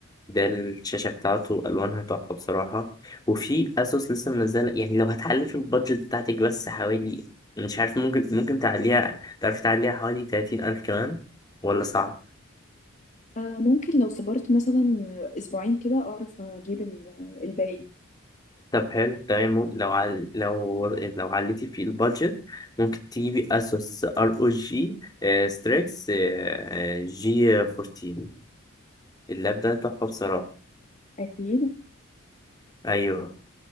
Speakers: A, on the left; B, on the left.
A: ده الشاشة بتاعته ألوانها تحفة بصراحة وفي أسوس لسه منزلة يعني لو هتعلي في البادجت بتاعتك بس حوالي مش عارف ممكن ممكن تعليها تعرفي تعليها حوالي تلاتين ألف كمان ولا صعب
B: آه، ممكن لو صبرت مثلا اسبوعين كده اعرف اجيب ال- الباقي
A: طب حلو تمام مم- لو عل... لو لو عليتي في البادجت ممكن تجيبي أسوس ار او جي ستريكس جي 14 اللاب ده تحفة بصراحة
B: اكيد
A: أيوه